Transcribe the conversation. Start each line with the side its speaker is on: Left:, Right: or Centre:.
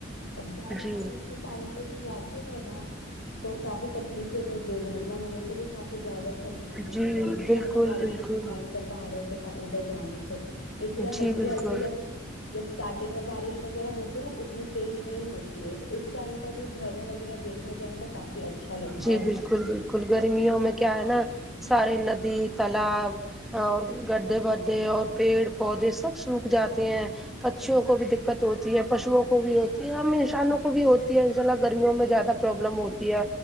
Left: اب زیادہ
Centre: جی
Left: بارش کے ٹائم کہیں جاتے ہیں نا تو کافی تکلیفیں درگٹنا ہونے کی بھی کافی زیادہ سم بھؤنا
Centre: جی
Left: ہو جاتی ہے
Centre: بالکل
Left: زیادہ بارشوں
Centre: بالکل
Left: کے ٹائم پر پہاڑوں کے ادھر جانے سے اس لئے
Centre: جی
Left: ہلکی
Centre: بالکل
Left: ہلکی جب جب اسٹارٹنگ میں بارش وغیرہ ہوتی ہے نا تو اتنی تیز نہیں ہوتی ہے تو اس ٹائم پہ بھی جھرنے وغیرہ دیکھنے جاے تو کافی اچھا لگتا
Centre: جی
Left: ہے
Centre: بالکل بالکل گرمیوں میں کیا ہے نا سارے ندی تالاب اور گڈھے بڈھے اور پیڑ پودے سب سوکھ جاتے ہیں پچیوں کو بھی دقت ہوتی ہے پشوؤں کو بھی ہوتی ہے ہم انسانوں کو بھی ہوتی ہے ان شاء اللہ گرمیوں میں زیادہ پرابلم ہوتی ہے